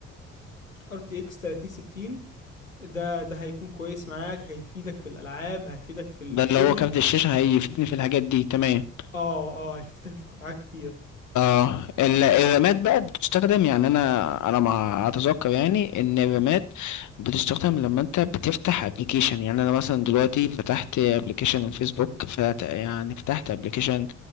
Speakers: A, on the left; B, on the left.
A: ار تي اكس 3060 ده ده هيكون كويس معاك هيفيدك في الالعاب هيفيدك في الشغل
B: ده اللي هو كارت الشاشه هيفيدني في الحاجات دي تمام
A: اه اه هيفيدك في في حاجات كتيره
B: اه ال- الرامات بقى بتستخدم يعني انا انا ما اتذكر يعني ان الرامات بتستخدم لما انت بتفتح ابلكيشن يعني انا مثلا دلوقتي فتحت ابلكيشن الفيسبوك فت... يعني فتحت ابلكيشن